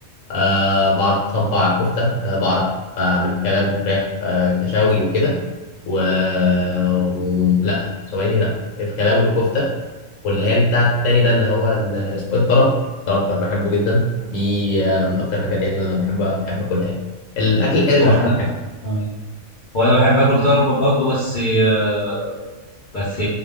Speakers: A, on the left; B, on the left.
A: أه بعرف أصبع الكفتة أه بعرف أعمل كباب وفراخ أه كشاوي وكده و... و... لا ثواني لا الكباب والكفتة واللي هي بتاع التاني ده اللي هو ال- اسمه إيه؟ الطرب الطرب بحبه جدا دي آه، من أكتر الحاجات يعني اللي أنا بحب بحب أكلها يعني. الأكل الحرش
B: هو
A: مش
B: احنا
A: كل حاجة
B: آه، هو انا بحب اكل طرب برضه بس آه، بس